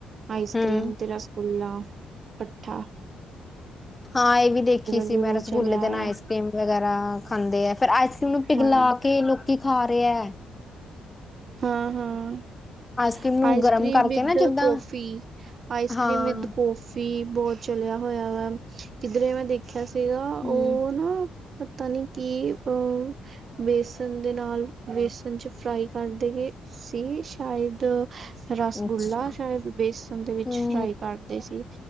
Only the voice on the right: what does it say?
ਆਈਸ
ਕਰ੍ਰੀਮ ਤੇ ਰਸਗੁਲਾ ਕੱਠਾ।
ਵੀ ਬਹੁਤ
ਚਲਿਆ
ਹੋਇਆ
ਹਾਂ
ਹਾਂ-ਹਾਂ।
ਆਈਸ
ਕਰ੍ਰੀਮ
ਵਿਦ
ਕੋਫੀ, ਆਈਸ
ਕੀਮ ਵਿਦ ਕੋਫ ਵੀ ਬਹੁਤ ਚਲਿਆ ਹੋਇਆ ਵਾ ਕਿੱਧਰੇ ਮੈਂ ਦੇਖਿਆ ਸੀਗਾ
ਉ ਨਾ ਪਤਾ ਨੀ ਕਿ ਉ ਬੇਸਣ ਦੇ ਨਾਲ ਬੇਸਣ ਚ ਫਰਾਈ ਕਰਦੇ ਗੇ ਸੀ ਸ਼ਾਇਦ ਰਸਗੁੱਲਾ
ਸ਼ਾਇਦ ਬੇਸਨ ਦੇ ਵਿੱਚ
ਫਰਾਈ ਕਰਦੇ ਸੀ।